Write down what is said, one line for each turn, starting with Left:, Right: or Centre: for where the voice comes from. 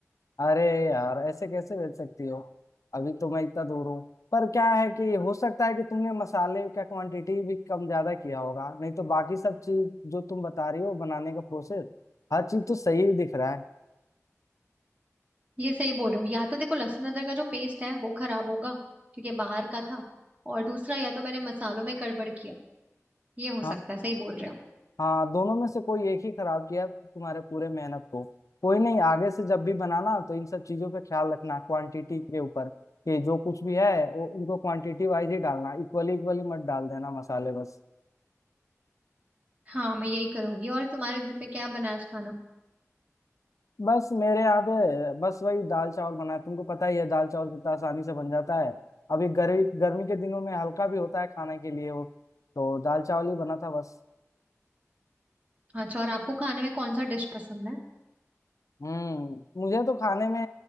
Left: अरे यार ऐसे कैसे बेच सकती हो अभी तो मैं इतना दूर हूँ पर क्या है कि हो सकता है कि तुमने मसाले का क्वांटिटी भी कम ज्यादा किया होगा नहीं तो बाकी सब चीज जो तुम बता रही हो बनाने का प्रोसेस हर चीज तो सही ही दिख रहा है
Right: ये सही बोल रहे हो या तो देखो लहसुन अदरक का जो पेस्ट है वो खराब होगा क्योंकि ये बाहर का था और दूसरा या तो मैंने मसालों में गड़बड़ किया ये हो
Left: हाँ
Right: सकता है सही बोल रहे हो
Left: हाँ दोनों में से कोई एक ही खराब किया है तुम्हारे पूरे मेहनत को कोई नहीं आगे से जब भी बनाना तो इन सब चीजों पे ख्याल रखना क्वांटिटी के ऊपर कि जो कुछ भी है वो उनको क्वांटिटी वाइज ही डालना इक्वली इक्वली मत डाल देना मसाले बस
Right: हाँ मैं यही करूंगी और तुम्हारे घर पे क्या बना आज खाना
Left: बस मेरे यहाँ पे बस वही दाल चावल बना है तुमको पता ही है दाल चावल कितना आसानी से बन जाता है अभी गर्मी गर्मी के दिनों में हल्का भी होता है खाने के लिए वो तो दाल चावल ही बना था बस
Right: अच्छा और आपको खाने में कौन सा डिश पसंद है
Left: हम्म मुझे तो खाने में